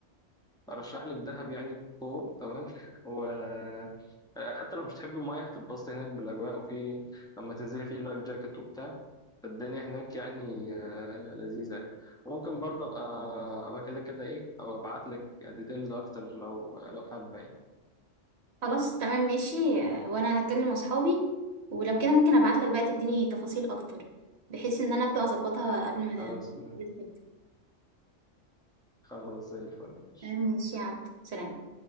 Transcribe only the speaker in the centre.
أرشح لك دهب يعني بقوة تمام <laughs> آه، حتى لو مش تحب المية هتتبسط هناك بالأجواء وفي لما تنزلي في لايف جاكيت وبتاع فالدنيا هناك يعني آه، لذيذة يعني وممكن برضه أبقى أبقى كده كده إيه أو أبعت لك ديتيلز أكتر لو لو حابة يعني
خلاص
خلاص زي الفل ماشي